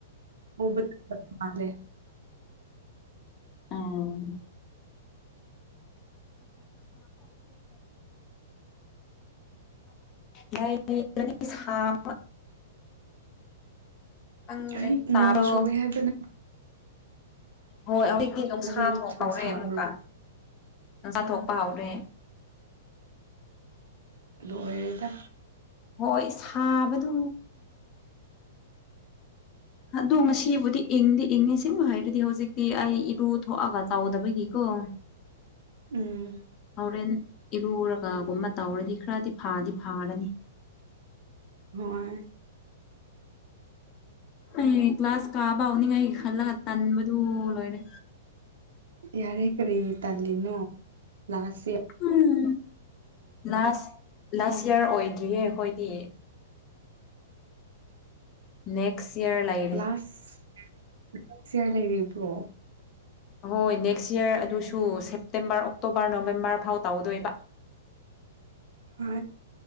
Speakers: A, on the right; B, on the left.
A: ꯎꯕ ꯃꯥꯦ
B: ꯑꯥ ꯍꯦ ꯕ ꯈꯪꯗ꯭ꯔꯦ
A: ꯑꯩ
B: ꯇꯥꯔꯣ
A: ꯅꯣꯡ ꯆꯨꯨꯔꯦ ꯍꯥꯏꯗꯅ
B: ꯍꯣꯏ ꯍꯧꯖꯤꯛꯇꯤ ꯅꯨꯡꯁꯥ
A: ꯅꯠꯇ꯭ꯔꯣ
B: ꯊꯣꯛꯄ ꯍꯧꯔꯦ
A: ꯁꯥꯕ꯭ꯔꯣ
B: ꯑꯃꯨꯛꯀ ꯅꯨꯡꯁꯥ ꯊꯣꯛꯄ ꯍꯧꯔꯦ
A: ꯂꯗ
B: ꯍꯣꯏ ꯁꯥꯕꯗꯨ ꯑꯗꯣ ꯉꯁꯤꯕꯨꯗꯤ ꯏꯪꯗꯤ ꯏꯪꯉꯤ ꯁꯤꯕꯨ ꯍꯥꯏꯔꯗꯤ ꯍꯧꯖꯤꯛꯇꯤ ꯑꯩ ꯏꯔꯨ ꯊꯣꯛꯑꯒ ꯆꯥꯎꯗꯕꯒꯤꯀꯣ <unintelligible>
A: ꯎꯝ
B: ꯍꯣꯔꯦꯟ ꯏꯔꯨꯔꯒꯒꯨꯝꯕ ꯇꯧꯔꯗꯤ ꯈꯔꯗꯤ ꯐꯥꯗꯤ ꯐꯥꯔꯅꯤ
A: ꯍꯣꯏ
B: ꯑꯩ ꯀ꯭ꯂꯥꯁ ꯀꯥꯕ ꯍꯧꯥꯎꯅꯤꯡꯉꯥꯏꯒꯤ ꯈꯜꯂꯒ ꯇꯟꯕꯗꯨ ꯂꯣꯏꯔꯦ
A: ꯌꯥꯔꯦ ꯀ꯭ꯔꯔꯤ ꯇ ꯂꯤꯅꯣ ꯂꯥꯁꯥꯁ
B: ꯎꯝ ꯎ ꯂꯥꯁ ꯂꯥꯁ ꯏꯌꯥꯔ ꯑꯣꯏꯗ꯭ꯔꯤꯌꯦ ꯑꯩꯈꯣꯏꯗꯤ ꯅꯦꯛꯁ ꯏꯔ ꯂ ꯂꯩ
A: ꯀ꯭ꯂꯥꯁ ꯆꯌꯥꯔ ꯂꯩꯔꯤꯕ꯭ꯔꯣ
B: ꯑꯍꯣꯏ ꯅꯦꯛꯁ ꯌꯔ ꯑꯗꯨꯁꯨ ꯁꯦꯞꯇꯦꯝꯕꯔ ꯑꯣꯛꯇꯣꯕꯔ ꯅꯣꯕꯦꯝꯕꯔ ꯐꯥꯎ ꯇꯧꯗꯣꯏꯕ
A: ꯍ